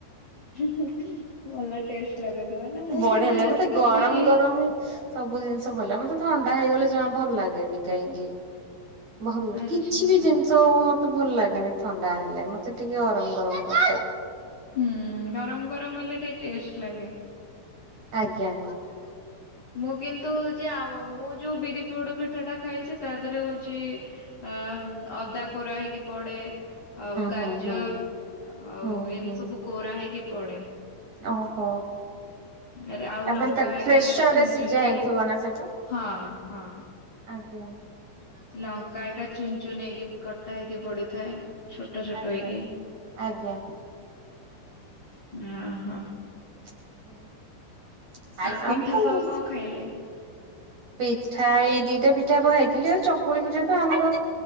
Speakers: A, on the left; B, on the right.
A: ଭଲ ଟେଷ୍ଟ ଲାଗନ୍ତା, ମାନେ ମୁଁ
B: ବଢିଆ
A: କିନ୍ତୁ
B: ଲାଗେ
A: ଯେତିକ
B: ମତେ
A: ବିରି
B: <unintelligible> ସବୁ ଜିନିଷ ଭଲ ମୋତେ ଥଣ୍ଡା ହେଇଗଲେ ଜମା ଭଲ ଲାଗେନି କାହିଁକି? ଭଲ
A: ଆଚ୍ଛା
B: କିଛି ବି ଜିନିଷ ତଉ ମୋତେ ଭଲ ଲାଗେନି ଥଣ୍ଡା ହେଲେ, ମୋତେ ଟିକେ ଗରମ ଗରମ <inaudible>
A: ହୁଁ ଗରମ ଗରମ ହେଲେ ଟିକେ ଟେଷ୍ଟ ଲାଗେ।
B: ଆଜ୍ଞା।
A: ମୁଁ କିନ୍ତୁ ହଉଚି ଆଉ ମୁଁ ଯୋଉ ବିରି ପୋଡପିଠା ଟା ଖାଇଛି ତା ଦେହରେ ହଉଛି ଅ, ଉଁ, ଅଦା କୋରା ହେଇକି ପଡେ। ଆଉ ଗାଜର
B: ହୁଁ ହୁଁ
A: ଆଉ
B: ହୁଁ
A: ଏମିତି
B: ହୁଁ।
A: ସବୁ କୋରା ହେଇକି ପଡେ।
B: ଓହୋ!
A: ଆରେ ଆଉ
B: ଆପଣ
A: ଲଙ୍କା
B: ତାଲ ପ୍ରେସର୍
A: ଏକା ଚୁନ
B: ରେ ସିଜା
A: ଚୁନ କି
B: ହେଇଥିବ
A: କାଟ।
B: ନା ସେଇଟା?
A: ହଁ ହଁ
B: ଆଜ୍ଞା।
A: ଲଙ୍କା ଏକା ଚୁନ୍ ଚୁନ୍ ହେଇକି କଟା ହେଇକି ପଡିଥାଏ। ଛୋଟ ଛୋଟ
B: ଆଜ୍ଞା
A: ହେଇକି
B: ଆଜ୍ଞା।
A: ଓହୋ।
B: <unintelligible>
A: ଆଉ ପିଠା ସହ କଣ ଖାଇଲେ।
B: ପିଠା ଏଇ ଦିଟା ପିଠା ପ ଖାଇଥିଲି ଆଉ ଚକୁଳି ପିଠା ତ ଆମର